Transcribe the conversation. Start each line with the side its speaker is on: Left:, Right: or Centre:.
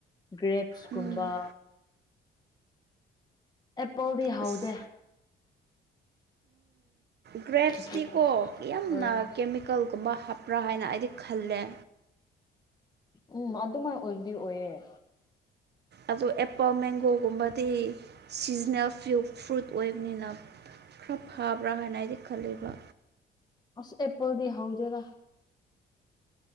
Left: ꯒ꯭ꯔꯦꯞꯁꯀꯨꯝꯕ
Right: ꯎꯝ
Left: ꯑꯦꯄꯣꯜꯗꯤ ꯍꯥꯎꯗꯦ
Right: ꯑꯁ ꯒ꯭ꯔꯦꯞꯁꯇꯤꯀꯣ
Left: ꯒ꯭ꯔꯦꯞꯁ
Right: ꯌꯥꯝꯅ
Left: ꯑꯣꯔꯦꯟꯖ
Right: ꯀꯦꯃꯤꯀꯦꯜꯒꯨꯝꯕ ꯍꯥꯞ ꯕ꯭ꯔꯥ ꯍꯥꯏꯅ ꯑꯩꯗꯤ ꯈꯜꯂꯦ
Left: ꯎꯝ ꯑꯗꯨꯃꯥꯏꯅ ꯑꯣꯏꯕꯨꯗꯤ ꯑꯣꯏꯌꯦꯦ
Right: ꯑꯗꯣ ꯑꯦꯄꯜ ꯃꯦꯡꯒꯣꯒꯨꯝꯕꯗꯤ ꯁꯤꯖꯟꯅꯜ ꯐꯨ ꯐ꯭ꯔꯨꯠ ꯑꯣꯏꯕꯅꯤꯅ ꯈꯔ ꯐꯕ꯭ꯔꯥ ꯍꯥꯏꯅ ꯑꯩꯗꯤ ꯈꯜꯂꯤꯕ
Left: ꯑꯁ ꯑꯦꯄꯜꯗꯤ ꯍꯎꯗꯦꯗ